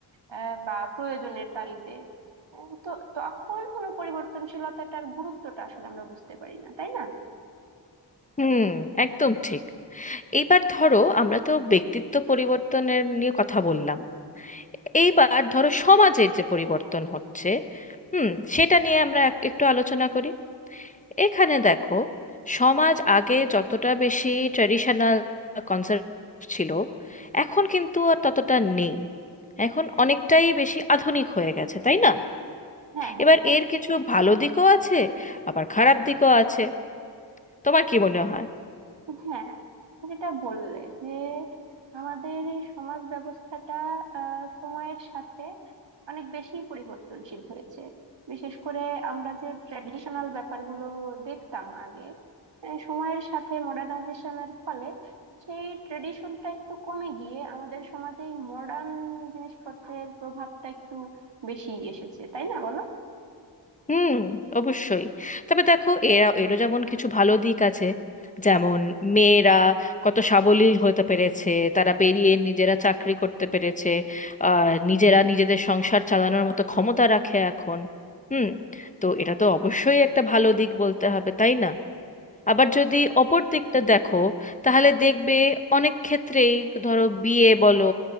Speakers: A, on the right (about 80°); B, on the left (about 20°).
A: আহ, বা প্রয়োজনের তাগিদে উম, তো তখন হলো পরিবর্তনশীলতাটার গুরুত্বটা আসলে আমরা বুঝতে পারি না তাই না
B: হুম একদম ঠিক এইবার ধরো আমরা তো ব্যক্তিত্ব পরিবর্তনের নিয়ে কথা বললাম এইবার ধরো সমাজের যে পরিবর্তন হচ্ছে হুম সেটা নিয়ে আমরা এক- একটু আলোচনা করি এখানে দেখো সমাজ আগে যতটা বেশি ট্র্যাডিশনাল কনজার্ভেটিভ ছিল এখন কিন্তু আর ততটা নেই এখন অনেকটাই বেশি আধুনিক হয়ে গেছে তাই না
A: হ্যাঁ হ্যাঁ
B: এবার এর কিছু ভালো দিকও আছে আবার খারাপ দিকও আছে তোমার কি মনে হয়
A: হ্যাঁ যেটা বললে যে আমাদের এই সমাজ ব্যবস্থাটা আহ, সময়ের সাথে অনেক বেশি পরিবর্তনশীল হয়েছে বিশেষ করে আমরা যে ট্র্যাডিশনাল ব্যাপারগুলো দেখতাম আগে আহ, সময়ের সাথে মডার্নাইজেশনের ফলে সেই ট্রেডিশনটা একটু কমে গিয়ে আমাদের সমাজে এই মডার্ন জিনিসপত্রের প্রভাবটা একটু বেশি এসেছে তাই না বলো
B: হুম অবশ্যই তবে দেখো এরা এরও যেমন কিছু ভালো দিক আছে যেমন মেয়েরা কত সাবলীল হতে পেরেছে তারা বেরিয়ে নিজেরা চাকরি করতে পেরেছে আর নিজেরা নিজেদের সংসার চালানোর মতো ক্ষমতা রাখে এখন হুম তো এটা তো অবশ্যই একটা ভালো দিক বলতে হবে তাই না আবার যদি অপর দিকটা দেখো তাহলে দেখবে অনেক ক্ষেত্রেই ধরো বিয়ে বলো